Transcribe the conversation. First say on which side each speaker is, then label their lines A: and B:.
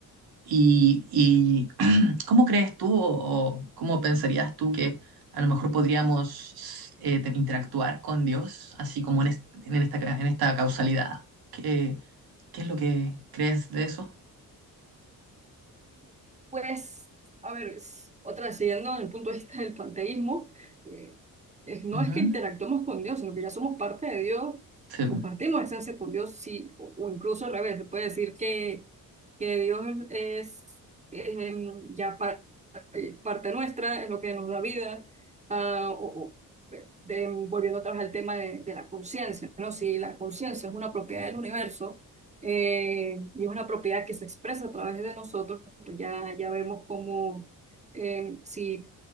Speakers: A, on the right; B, on the right.
A: ¿Y, y cómo crees tú o, o cómo pensarías tú que a lo mejor podríamos eh, te- interactuar con Dios, así como en, es- en esta, ca- en esta causalidad? ¿Qué, qué es lo que crees de eso?
B: Pues, a ver, es- otra siguiendo desde el punto de vista del panteísmo, eh, es- no
A: Ujú,
B: es que interactuemos con Dios, sino que ya somos parte de Dios,
A: sí,
B: compartimos esencia con Dios, sí, o, o incluso al revés, se puede decir que, que Dios es, es, em, ya pa- eh, parte nuestra, es lo que nos da vida. Ah, o, o, eh, de- volviendo otra vez al tema de, de la conciencia, ¿no? Si la conciencia es una propiedad del universo eh, y es una propiedad que se expresa a través de nosotros, pues ya, ya vemos cómo eh, si